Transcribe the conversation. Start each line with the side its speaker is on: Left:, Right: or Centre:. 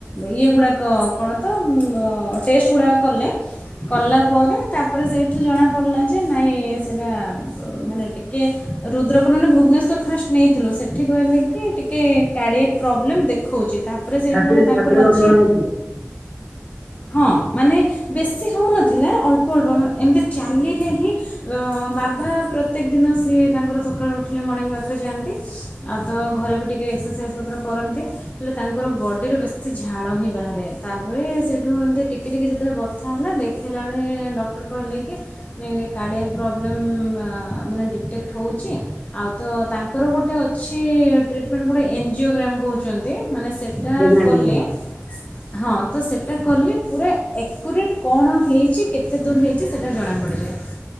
Left: ଇଏ ଗୁଡ଼ାକ କଣ ତ ଉଁ ଟେଷ୍ଟ ଗୁଡ଼ାକ କଲେ। କଲା ପରେ ତାପରେ ସେଇଠୁ ଜଣାପଡ଼ିଲା ଯେ ନାଇଁ ସେଇଟା ମାନେ ଟିକେ ରୁଦ୍ରକ ମାନେ ଭୁ ଭୁବନେଶ୍ୱର ଫାଷ୍ଟ ନେଇଥିଲୁ ସେଠି କହିଲେ କି ଟିକେ କାଡ଼ିଆକ ପ୍ରୋବ୍ଲେମ୍ ଦେଖାଉଚି ତାପରେ ସେଇଠୁ
Centre: ଛାତିରେ
Left: ଗୋଟେ ତାଙ୍କର
Centre: ଛାତିରେ ଯନ୍ତ୍ରଣା
Left: ଅଛି।
Centre: ହଉଥିଲା?
Left: ହଁ ମାନେ ବେଶୀ ହଉନଥିଲା ଅଳ୍ପ ଅଳ୍ପ ଏମିତି ଚାଲିଲେ ହିଁ। ବାବା ପ୍ରତ୍ୟେକ ଦିନ ସିଏ ତାଙ୍କର ସକାଳୁ ଉଠ। ହେଲେ ମର୍ଣ୍ଣିଂ ୱାକ ଯାଆନ୍ତି ଆଉ ତ ଘରେ ବି ଟିକେ ଏକ୍ସରସାଇଜ୍ ମଧ୍ୟ କରନ୍ତି ହେଲେ ତାଙ୍କର ବଡ଼ିରେ ବ। ସେ ଝାଳ ହିଁ ବାହାରେ ତାପରେ ସେଇଠୁ ଏମିତି ଟିକେ ଟିକେ ଯେତେବେଳେ ବଥା ହେଲା ଦେଖେଇଲା ବେଳେ ଡକ୍ଟର। କହିଲେ କି ମାନେ କାଡ଼ିଆ ପ୍ରୋବ୍ଲେମ୍ ମାନେ ଡିଟେକ୍ଟ ହଉଛି। ଆଉ ତ ତାଙ୍କର ଗୋଟେ ଅଛି ଟ୍ରିଟମେଣ୍ଟ ଗୋଟେ ଏନ୍ଜିଓ ଗ୍ରାମ୍ କହୁଛନ୍ତି ମାନେ ସେ। ଏଟା
Centre: ଆଜ୍ଞା ଆଜ୍ଞା
Left: କଲେ
Centre: ଆଜ୍ଞା।
Left: ହଁ। ତ ସେଇଟା କଲେ ପୁରା ଏକୁରେଟ୍ କଣ ହେଇଛି କେତେ ଦୂର ହେଇଛି ସେଇଟା ଜଣାପଡ଼ିଯାଏ।